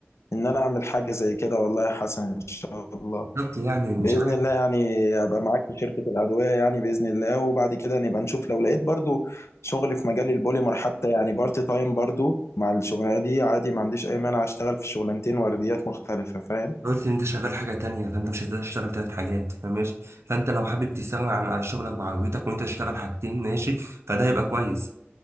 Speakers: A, on the left; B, on the right.
A: ان انا اعمل حاجه زي كده والله يا حسن ان شاء الله
B: بالظبط يعني مش
A: باذن
B: عارف
A: الله يعني ابقى معاك في شركه الادويه يعني باذن الله وبعد كده نبقى نشوف لو لقيت برضو شغل في مجال البوليمر حتى يعني بارت تايم برضو مع الشغلانه دي عادي ما عنديش اي مانع اشتغل في شغلانتين ورديات مختلفه فاهم
B: قلت ان انت شغال حاجه تانية فانت مش هتقدر تشتغل تلات حاجات فماشي فانت لو حابب تستغنى عن عن شغلك وعربيتك وانت تشتغل حاجتين ماشي فده هيبقى كويس